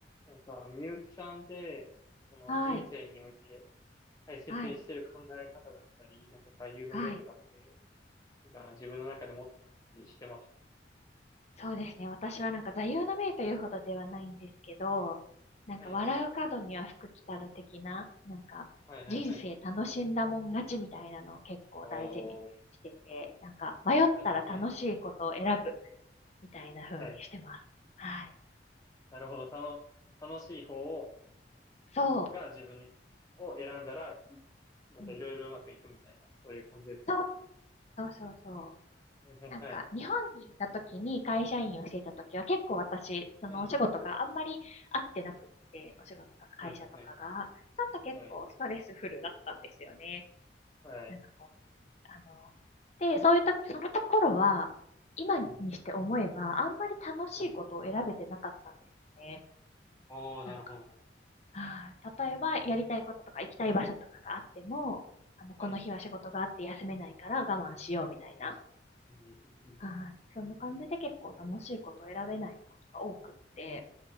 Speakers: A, on the left; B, on the left.
A: なんか、みゆきさんって、その人生において
B: はい、
A: 大切にしてる考え方だったり、
B: はい、
A: なんか座右の銘とかって、
B: はい。
A: なんか自分の中で持ったりしてます。
B: そうですね。私はなんか座右の銘というほどではないんですけど、なんか笑う角には福来たる的な、
A: はい。
B: なんか人生楽しんだもん勝ちみたいなのを結構大事にしてて、
A: はいはいはい。おー。
B: なんか迷ったら楽しいことを選ぶ
A: はいはいはい。
B: みたいな風にしてます。
A: はい。
B: はい。
A: なるほど。その、楽しい方を、
B: そ
A: が自分を選んだら、いなんかいろいろうまくいくみたいな、
B: う。うん
A: そういう感じですか。
B: そう、そうそうそ
A: はいはいはい。
B: う。なんか、日本にいた時に会社員をしていた時は結構私、そのお仕事があんまり合ってなくって、
A: はい。
B: お仕事とか会社とかが、
A: はいはいはい。
B: ちょっと結構ストレスフルだったんですよね。
A: はい。はい。
B: なんかこう、あの、で、そういうときそのところは、今にして思えば、
A: うん。うん
B: あんまり楽しいことを選べてなかったんですね。
A: はい。おー、なるほど。
B: なんか、あー例えば、やりたいこととか行きたい場所とかがあっても、あの、この日は仕事があって休めないから我慢しようみたいな。
A: はい。そうですうんうんうん
B: はい。そんな感じで結構楽しいことを選べないことが多くって、